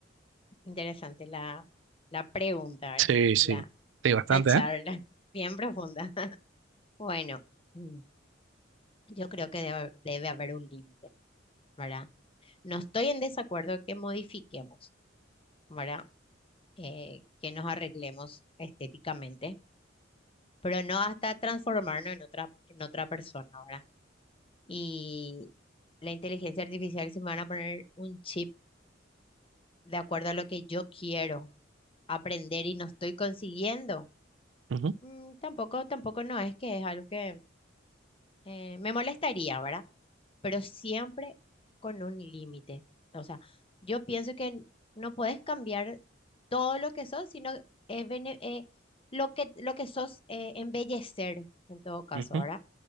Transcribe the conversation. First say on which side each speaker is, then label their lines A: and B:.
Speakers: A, on the left; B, on the right.
A: interesante la, la pregunta, ¿verdad?
B: Sí, sí,
A: La,
B: sí, bastante,
A: la charla,
B: ¿eh?
A: <laughs> bien profunda. <laughs> Bueno, mm, yo creo que debe, debe haber un límite, ¿verdad? No estoy en desacuerdo que modifiquemos, ¿verdad? Eh, que nos arreglemos estéticamente, pero no hasta transformarnos en otra, en otra persona, ¿verdad? Y la inteligencia artificial, si me van a poner un chip, de acuerdo a lo que yo quiero aprender y no estoy consiguiendo,
B: Ujú,
A: mm, tampoco, tampoco no es que es algo que eh, me molestaría, ¿verdad? Pero siempre con un límite. O sea, yo pienso que n- no puedes cambiar todo lo que sos, sino eh, bene- eh, lo que, lo que sos, eh, embellecer en todo caso,
B: ujú,
A: ¿verdad?